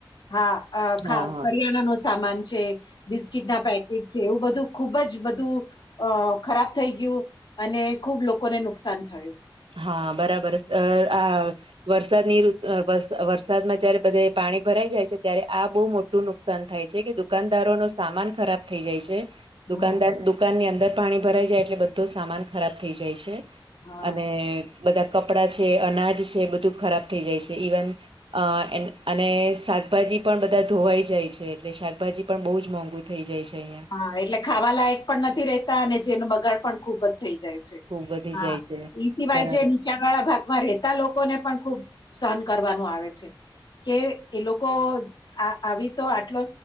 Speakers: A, on the left (about 55°); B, on the right (about 80°).
A: હા આ
B: હા
A: ખા
B: હા
A: કરિયાણા નો સામાન છે. બિસ્કીટ ના પેકેટ છે, એવું બધું ખુબ જ બધું અ ખરાબ થઈ ગયું અને ખુબ લોકોને નુકસાન થયું
B: હા બરાબર અ આ વરસાદનીઋત વર વરસાદમાં જયારે બધા પાણી ભરાઈ જાય છે, ત્યારે આ બો મો ટું નુકસાન થાય છે, કે દુકાનદારો નો સામાન ખરાબ થઈ જાય છે. દુકાનદાર
A: હમ
B: દુકાનની અંદર પાણી ભરાઈ જાય એટલે બધો સામાન ખરાબ થઈ જાય છે.
A: હા
B: અને બધા કપડા છે, અનાજ છે, બધું ખરાબ થઈ જાય છે, ઈવન અ અને શાકભાજી પણ બધા ધોવાઈ જાય છે, એટલે શાકભાજી પણ બો જ મોંઘુ થઈ જાય છે, અહીંયા
A: હા એટલે ખાવા લાયક પણ નથી રેતા અને જેનો બગાડ પણ ખુબ જ થઇ જાય છે,
B: ખુબ વધી
A: હા
B: જાય છે
A: <unintelligible>
B: બરાબર
A: વાળા ભાગમાં રહેતા લોકોને પણ ખુબ ધહન કરવાનું આવે છે. કે એ લોકો આ આવી તો આટલો